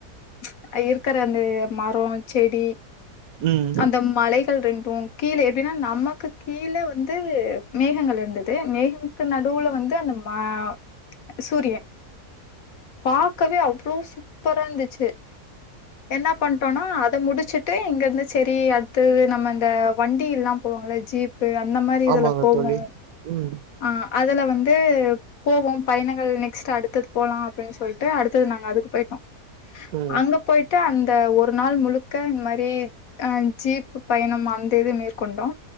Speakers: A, on the left; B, on the right.
A: இரு இருக்கற அந்த மரம் செடி
B: ம்
A: அந்த மலைகள் ரெண்டும் கீழே எப்டின்னா நம்ம க்கு கீழ வந்து மேகங்கள் இருந்தது மேகமுக்கு நடுவுல வந்து அந்த மா சூரியன் பாக்கவே அவ்வளவு சூப்பரா இருந்துச்சு என்ன பண்ணிட்டோம்னா அத முடிச் ச்சட்டு எங்கந்து சரி அடுத்தது நம்ம இந்த வண்டில்லாம் போவாங்கள ஜீப் அந்த மாரி இதுல
B: ஆமாங்க
A: போகும்
B: தோழி ம்
A: அ அதல வந்து போவோம் பயணங்கள் நெக்ஸ்ட்டு அடுத்தது போலாம் அப்டின்னு சொல்லிட்டு அடுத்தது நாங்க அதுக்கு போயிட்டோம்
B: ம்
A: அங்க போயிட்டு அந்த ஒரு நாள் முழுக்க இந்த மாரி அ ஜீப் பயணம் அந்த இது மேற்கொண்டோம்